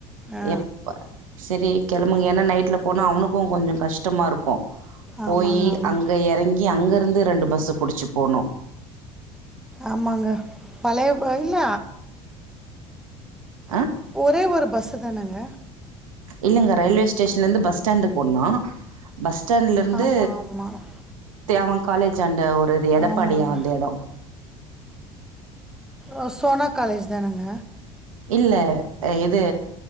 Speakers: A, in the centre; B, on the right.
A: ஆ
B: எப்ப சரி கிழம்புங்க ஏன்னா நைட்ல போனா அவனுக்கு கொஞ்சோ கஷ்டமா இருக்கு போயி
A: ஆமாங்க ஆமாங்க
B: அங்க இறங்கி அங்க இருந்து ரெண்டு பஸ்ஸு புடிச்சு போனு
A: ஆமாங்க பழைய இல்ல
B: ஆ
A: ஒரே ஒரு பஸ்ஸு தானங்க
B: இல்லங்க ரயில்வே ஸ்டேஷன்ல இருந்து பஸ் ஸ்டாண்டுக்கு ஒண்ணா பஸ் ஸ்டாண்டு்ல இருந்து
A: ஆமாம் ஆமாம்
B: தே அவ காலேஜ் ஆன்ட ஒரு இது எடப்பாடியா
A: ஆமாங்க
B: அந்த இடோ
A: ஓ சோனா காலேஜ் தானங்க
B: இல்ல இது